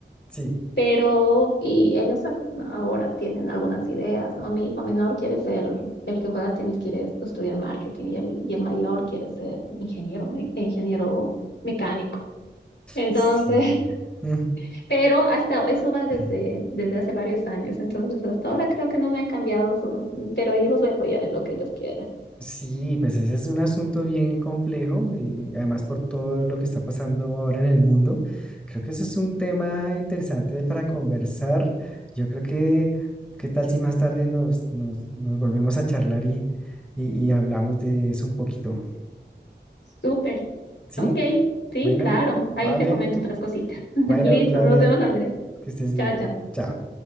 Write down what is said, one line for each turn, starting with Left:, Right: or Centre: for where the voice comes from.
Centre: sí,
Left: pero y ellos a- ahora tienen algunas ideas, ¿no? Mi hijo menor quiere ser, el que juega tenis quiere estudiar marketing y el, y el mayor quiere ser ingeniero, me- eh, ingeniero mecánico. Entonces,
Centre: sí.
Left: <laughs>
Centre: <sniffs>
Left: pero hasta eso va
Centre: <clears throat>
Left: desde, desde hace varios años, entonces hasta ahora creo que no me han cambiado, su- pero yo los voy a apoyar en lo que ellos quieran.
Centre: Sí, pues ese es un asunto bien complejo y además por todo lo que está pasando ahora en el mundo, creo que ese es un tema interesante para conversar. Yo creo que, ¿qué tal si más tarde nos, nos, nos volvemos a charlar y, y, y hablamos de eso un poquito?
Left: Súper.
Centre: ¿Sí?
Left: Ok, sí,
Centre: Bueno,
Left: claro. Ahí
Centre: vale.
Left: te comento otras cositas. <laughs>
Centre: Bueno,
Left: Listo,
Centre: Claudia,
Left: nos vemos, Andrés.
Centre: que estés bien.
Left: Chao, chao.
Centre: Chao.